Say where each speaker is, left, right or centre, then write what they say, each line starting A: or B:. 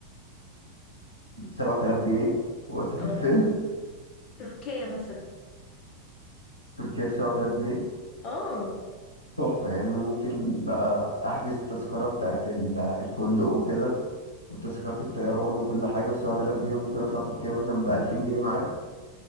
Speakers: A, on the left; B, on the left.
A: 7000 جنيه واسافر
B: اه
A: فين
B: تركيا مثلا
A: تركيا ب 7000 جنيه
B: اه
A: تحفه يعني انا ممكن بقى احجز التذكره بتاعت ال- الفندق وكده وتذكره الطيران وكل حاجه ب 7000 جنيه ممكن اطلع تركيا مثلا ب 2000 جنيه